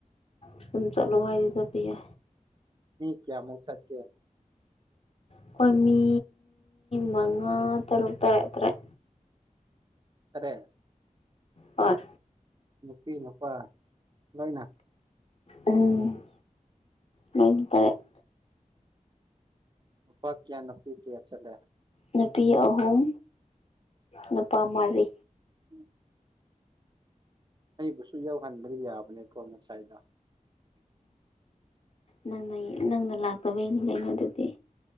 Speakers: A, on the left (about 50°); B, on the right (about 35°).
A: ꯑꯗꯨꯝ ꯆꯠꯂꯣ ꯍꯥꯏꯗꯤ ꯆꯠꯗꯤ ꯌꯥ
B: ꯃꯤ ꯀꯌꯥ ꯃꯨꯛ ꯁꯥꯛ ꯀ
A: ꯑꯩꯈꯣꯏ ꯃꯤ ꯃꯉꯥ ꯇꯔꯨꯛ ꯇꯔꯦꯠ ꯇꯔꯦꯠ
B: ꯇꯥꯔꯦꯠ
A: ꯍꯣꯢ
B: ꯅꯨꯄꯤ ꯅꯨꯄꯥ ꯂꯣꯏꯅ
A: ꯎꯝ ꯅꯣꯏꯇꯥꯔꯦ <inaudible>
B: ꯅꯨꯄꯥ ꯀꯌꯥ ꯅꯨꯄꯤ ꯀꯌꯥ ꯆꯠꯂꯦ
A: ꯅꯨꯄꯤ ꯑꯍꯨꯝ ꯅꯨꯄꯥ ꯃꯔꯤ
B: ꯎꯝ ꯑꯩꯕꯨꯁꯨ ꯌꯥꯎꯍꯟꯕ ꯌꯥꯕꯅꯦꯀꯣ ꯉꯁꯥꯏꯗ
A: ꯅꯪꯅ ꯅꯪꯅ ꯂꯥꯛꯇꯕꯩꯅꯤ ꯀꯩꯅꯣ ꯑꯗꯨꯗꯤ